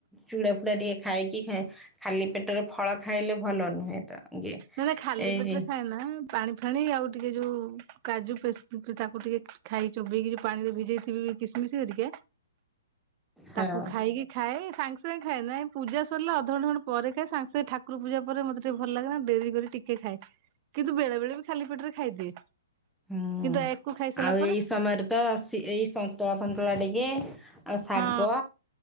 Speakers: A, in the centre; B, on the right.
A: ଚୁଡ଼ା ଫୁଡ଼ା ଟିକେ ଖାଇକି ଖାଏ। ଖାଲି ପେଟରେ ଫଳ ଖାଇଲେ ଭଲ ନୁହେଁ ତ। ଇଏ
B: ନା ନା ଖାଲି
A: ଏଇ
B: ପେଟରେ ଖାଏନା। ପାଣି ଫାଣି ଆଉ ଟିକେ ଯୋଉ କାଜୁ ପେସ୍ ତାକୁ ଟିକେ ଖାଇ ଚୋବେଇ କିରି ପାଣିରେ ଭି ଯେଇଥିମି କିଶିମିଶି ହରିକି।
A: ହଁ।
B: ତାକୁ ଖାଇକି ଖାଏ। ସାଙ୍ଗେ ସାଙ୍ଗ ଖାଏ ନାଇଁ। ପୂଜା ସରିଲା ଅଧଘଣ୍ଟ ଖଣ୍ଟେ ପରେ ଖାଏ। ସାଙ୍ଗେ ସେ ଠାକୁର ପୂଜା ମତେ ଟିକେ ଭଲ ଲାଗେନା ଡେରି କରି ଟିକେ ଖାଏ କିନ୍ତୁ ବେଳେ ବେଳେ ବି ଖାଲି ପେଟରେ ଖାଇଦିଏ।
A: ହୁଁ
B: କିନ୍ତୁ ୟାକୁ ଖାଇସାରିଲା
A: ଆଉ
B: ପରେ
A: ଏଇ ସମୟରେ ତ ସି ଏଇ ସନ୍ତଳା ଫନ୍ତୂଳା ଟିକେ ଆଉ ଶାଗ
B: ହଁ